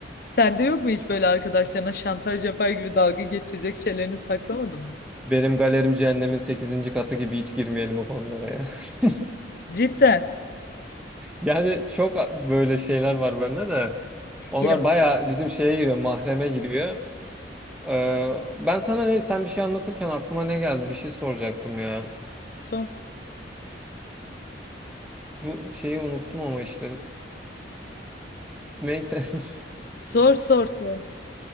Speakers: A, on the left; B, in the centre.
A: Sende yok mu hiç böyle arkadaşlarına şantaj yapar gibi dalga geçecek şeylerini saklamadın mı?
B: Benim galerim cehennemin sekizinci katı gibi hiç girmeyelim o konulara ya. <laughs>
A: Cidden.
B: Yani çok böyle şeyler var bende de. Onlar
A: Ya
B: bayağı bizim şeye giriyor, mahreme giriyor. Ee, ben sana ne, sen bir şey anlatırken aklıma ne geldi? Bir şey soracaktım ya.
A: sor.
B: Bu şeyi unuttum ama işte. Neyse. <laughs>
A: Sor sor sor.